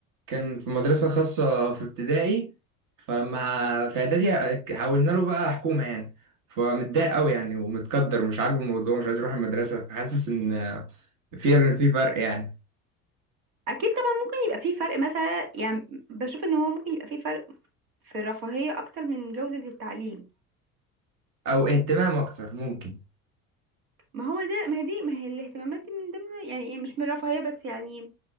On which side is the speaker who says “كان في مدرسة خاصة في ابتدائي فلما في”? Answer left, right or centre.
Right